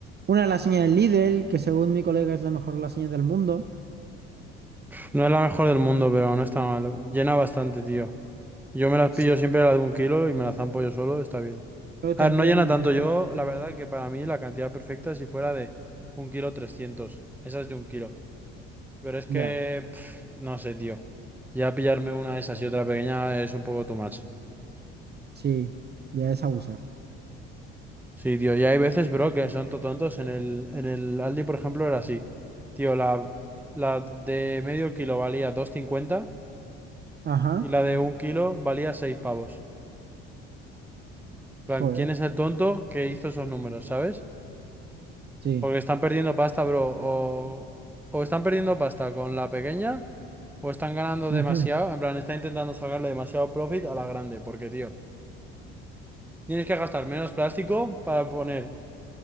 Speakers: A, on the right; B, in the centre.
A: Una lasaña del Lidl, que según mi colega es la mejor lasaña del mundo.
B: No es la mejor del mundo, pero no está mal. Llena bastante, tío. Yo me las
A: Sí.
B: pillo siempre la de un kilo y me las zampo yo solo, está bien.
A: Pero
B: A
A: también
B: ver, no llena tanto.
A: los...
B: Yo, la verdad que para mí la cantidad perfecta si fuera de un kilo trescientos. Esa es de un kilo. Pero es que,
A: Ya,
B: pf, no sé, tío. Ya pillarme una de esas y otra pequeña es un poco too much.
A: sí, ya es abusar.
B: Sí, tío. Y hay veces, bro, que son to- tontos. En el, en el Aldi, por ejemplo, era así. Tío, la, la de medio kilo valía dos cincuenta
A: Ajá,
B: y la de un kilo valía 6 pavos. En
A: joder,
B: plan, ¿quién es el tonto que hizo esos números, sabes?
A: sí.
B: Porque están perdiendo pasta, bro. O, o están perdiendo pasta con la pequeña o están ganando
A: ujú,
B: demasiado. En plan, están intentando sacarle demasiado profit a la grande. Porque, tío. Tienes que gastar menos plástico para poner